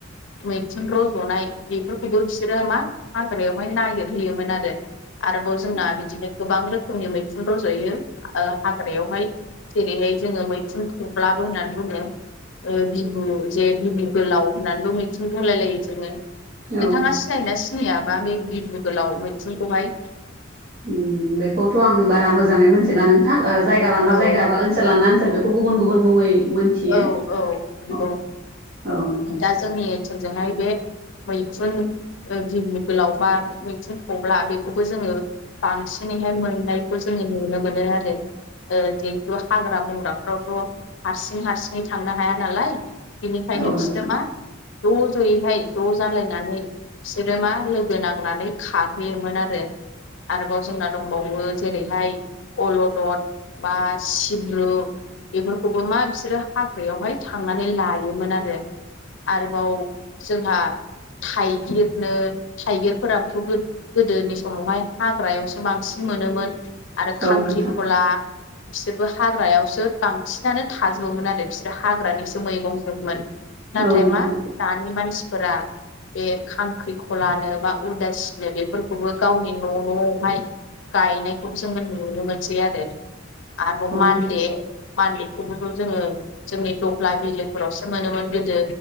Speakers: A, on the left; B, on the right.
A: मैथुन रज'नाय बेफोरखौबो बिसोरो मा हाग्रायावहाय नागिरहोयोमोन आरो आरोबाव जोंना
B: औ
A: बिदिनो गोबां रोखोमनि मैखुन रज'यो ओ हाग्रायावहाय जेरैहाय जोङो मैखुन थब्लाबो होननानै बुङो। ओ बिहु जे बिहु गोलाव होननानैबो मिथुन बुंलाय लायो जोङो
B: औ
A: नोंथाङा सिनायोना सिनाययाबा बे गिदु गोलाव मैथुनखौहाय?
B: उम बेखौथ' आं बारा मोजाङै मिथिला नोंथां जायगा लाना
A: औ
B: जायगा बा ओनसोल लाना ओन सोल बेखौ गुबुन गुबुन मुङै मोनथियो
A: औ औ नंगौ
B: औ औ नोंथां
A: दा जोंनि ओनसोलजोंहाय बे मैखुन ओ गिबु गोलाव बा, मैखुन थब्ला बेखौबो जोङो बांसिनै हाय मोननायखौ जोङो नुनो मोनो आरो। ओ जिहेथु हाग्रा बंग्राफ्रावथ' हारसि सिं हारसिङै थांनो हाया नालाय। बेनिखायनो
B: औ
A: बिसोरो
B: नोंथां
A: मा ज' ज'यैहाय ज' जालायनानै बिसोरो मा लोगो नांनानै खाहैयोमोन आरो। आरोबाव जोंना दंबावो। जेरै हाय अल'दद बा सिब्रु बेफोरखौबो मा बि बिसोरो हाग्रायावहाय थांनानै लायोमोन आरो। आरोबाव जोंहा थाइगिरनो थाइगिरफोराबोथ' गोद गोदोनि समावहाय हाग्रायावसो बांसिन मोनोमोन आरो खांख्रि
B: औ नोंथां
A: खला बिसोरबो हाग्रायावसो बांसिनानो थाज जोबोमोन आरो बिसोरो हाग्रानिसो मैगं जोबमोन नाथाय
B: औ नोंथां
A: मा दानि मानसिफोरा बे खांख्रि खलानो बा उदासिनो बेफोरखौबो गावनि न' न'आवहाय गायनायखौबो जोङो नुनो मोनसै आरो। आरोबाव
B: औ
A: मान्दे
B: नोंथां
A: मानदेखौबो खौ जोङो जोंनि दल्हा बिलोफोरावसो मोनोमोन गोदो।